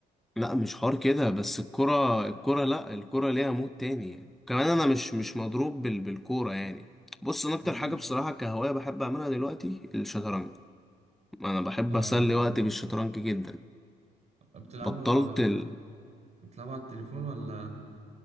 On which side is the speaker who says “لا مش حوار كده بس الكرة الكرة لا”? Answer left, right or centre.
Centre